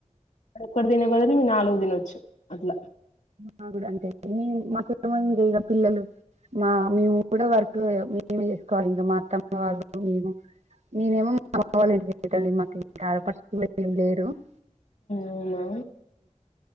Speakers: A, on the left; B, on the right.
A: ఒకటి తినే బదులు నాలుగు దినోచ్చు అట్లా
B: మా గుడ అంతే మాకు ఏమంది ఇగ పిల్లలు మా మేము కూడా వర్క్ మేమే చేసుకోవాలి ఇంకా మా అత్తమ్మ వాళ్ళు మేము నేనేమో మా అమ్మ వల్ల ఇంటి దగ్గర <inaudible> ఏం లేరు <inaudible>
A: అవునా